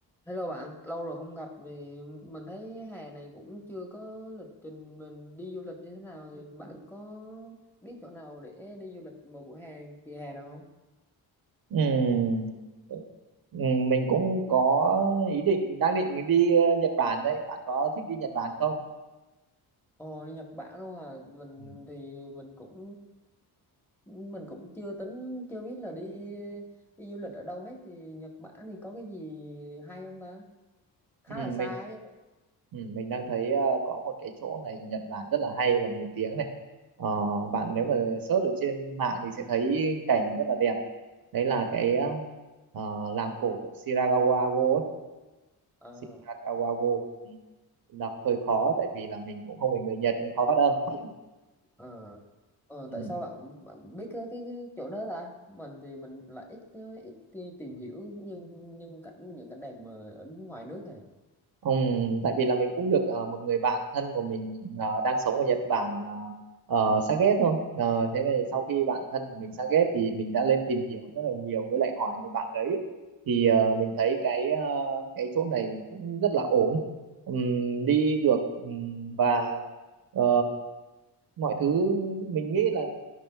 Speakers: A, in the centre; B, on the right.
A: Hello bạn, lâu rồi không gặp thì mình thấy hè này cũng chưa có lịch trình mình đi du lịch như thế nào thì bạn có biết chỗ nào để đi du lịch một buổi hè kỳ hè nào không?
B: Ừm, ừm, Mình cũng có ý định đang định đi ờ, Nhật Bản đấy. Bạn có thích đi Nhật Bản không?
A: Ồ đi Nhật Bản luôn à, mình
B: Ừm,
A: thì mình cũng mình cũng chưa tính chưa biết là đi đi du lịch ở đâu hết thì Nhật Bản thì có cái gì hay không ta? Khá
B: ừm,
A: là xa
B: Mình
A: chứ.
B: ừm, mình đang thấy ờ, có một cái chỗ này của Nhật Bản rất là hay và nổi tiếng này. Ờ, bạn nếu mà search ở trên mạng thì sẽ thấy cảnh rất là đẹp. Đấy là cái ờ, ờ, làng cổ Shirakawa-go ấy.
A: Ờ
B: Shirakawa-go. Ừm, Đọc hơi khó tại vì là mình cũng không phải người Nhật nên khó phát âm. <laughs>
A: Ờ, ờ,
B: Ừm.
A: tại sao bạn bạn biết cái, cái, cái chỗ đó ta? Mình thì mình lại ít ờ, ít đi tìm hiểu nhưng nhưng cảnh những cảnh đẹp mà ở ngoài nước này.
B: Ừm, tại vì là mình cũng được ờ, một người bạn thân của mình ờ, đang sống ở Nhật Bản ờ, uh, xa ghét thôi Ờ, thế này sau khi bạn thân của mình xa ghét thì mình đã lên tìm hiểu rất là nhiều với lại hỏi người bạn đấy thì ờ, mình thấy cái ờ, cái chỗ này cũng rất là ổn Ừm, đi được ừm, và ờ, mọi thứ mình nghĩ là